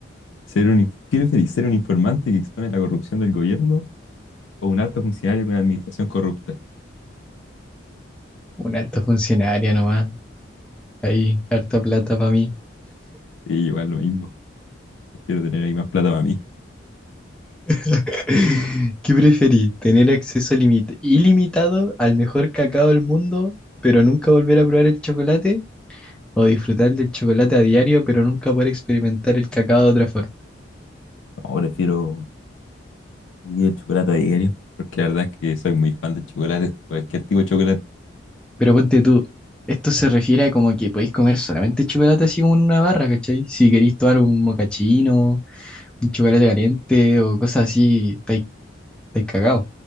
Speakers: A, on the left; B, in the centre.
A: ser un, in- ¿qué preferís? ¿Ser un informante que expone la corrupción del gobierno o un alto funcionario con una administración corrupta?
B: Un alto funcionario nomás. Ahí, harta plata para mí.
A: Sí, igual lo mismo. Prefiero tener ahí más plata para mí,
B: <laughs> ¿Qué preferís? ¿Tener acceso limit- ilimitado al mejor cacao del mundo, pero nunca volver a probar el chocolate? O disfrutar del chocolate a diario, pero nunca poder experimentar el cacao de otra forma.
A: No, prefiero vivir el chocolate a diario. porque la verdad es que soy muy fan del chocolate, cualquier tipo de chocolate.
B: Pero ponte tú, esto se refiere a como que podéis comer solamente chocolate así como en una barra, ¿cachai? Si queréis tomar un mocachino, un chocolate caliente o cosas así, estáis estáis cagados.